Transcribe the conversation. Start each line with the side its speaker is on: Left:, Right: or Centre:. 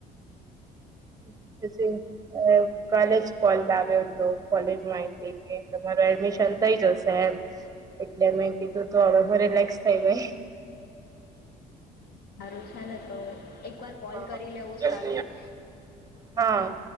Right: <unintelligible> અ કાલેજ કોલ આવ્યો હતો, કોલેજ માઈથી કે તમારો એડમિશન થઈ જશે. એમ, એટલે મે કીધું તો હવે મે રિલેક્સ થઈ ગઈ.
Left: હારું છેને, તો એકવાર કોલ
Right: હા.
Left: કરી લેવું
Right: બસ
Left: સારું.
Right: હા.